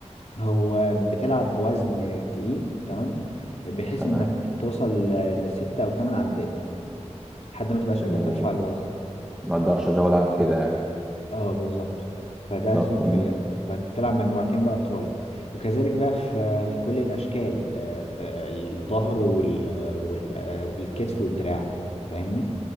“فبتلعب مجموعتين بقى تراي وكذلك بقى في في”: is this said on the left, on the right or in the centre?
Left